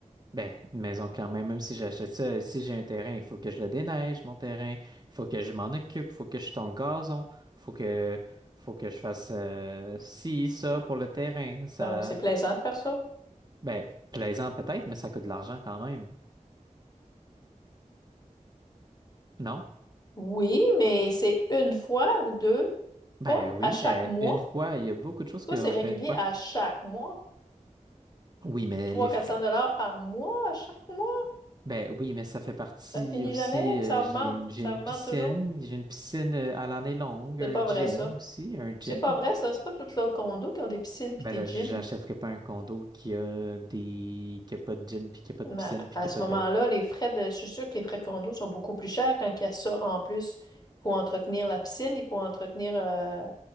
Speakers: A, on the right; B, on the left.
A: Ben, une maison, clairement, même si j'achète ça, euh, si j'ai un terrain, il faut que je le déneige, mon terrain, il faut que je m'en occupe, il faut que je tond le gazon, Il faut que, faut que je fasse euh, ci, ça pour le terrain. Ça,
B: Ben oui, c'est plaisant de faire ça.
A: ben, plaisant peut-être, mais ça coûte de l'argent quand même. Non?
B: Oui, mais c'est une fois ou deux,
A: Ben
B: pas
A: oui,
B: à chaque
A: ben,
B: mois.
A: une fois, il y a beaucoup de choses
B: Toi,
A: qu'on
B: c'est régulier
A: fait une fois.
B: à chaque mois.
A: Oui, mais
B: trois
A: les
B: cents
A: frais.
B: quatre cents dollars par mois, à chaque mois.
A: Ben oui, mais ça fait partie
B: Ça finit
A: aussi.
B: jamais, puis
A: euh,
B: ça
A: j'ai
B: augmente.
A: une, j'ai
B: Ça
A: une
B: augmente
A: piscine,
B: toujours.
A: j'ai une piscine euh, à l'année longue,
B: C'est
A: un
B: pas
A: gym
B: vrai, ça.
A: aussi, un gym.
B: C'est pas vrai, ça. C'est pas toutes leurs condos qui ont des piscines puis
A: Ben
B: des
A: là,
B: gyms.
A: j'achèterai pas un condo qui a des qui a pas de gym, puis qui a pas de
B: Mais
A: piscine, puis
B: à
A: qui a
B: ce
A: pas
B: moment-là,
A: de.
B: les frais de... je suis sûre que les frais de condo sont beaucoup plus chers quand il y a ça en plus. Il faut entretenir la piscine, il faut entretenir, euh,